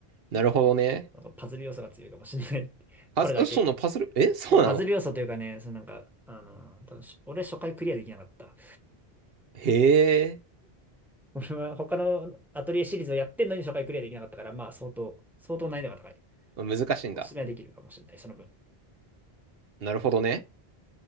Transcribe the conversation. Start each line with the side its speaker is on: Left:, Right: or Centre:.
Right: なるほどね。
Centre: なんかパズル要素が強いかもしれない。<laughs> これだけ。
Right: パズ、そのパズル、え、そうなの
Centre: まあ、パズル要素というかね、そのなんか、あのー、多分し俺初回クリアできなかった。
Right: へえ、
Centre: 俺は他のアトリエシリーズをやってんのに初回クリアできなかったから、まあ相当、相当難易度が高い。
Right: まあ難しいんだ。
Centre: お勧めはできるかもしれない、その分。
Right: なるほどね。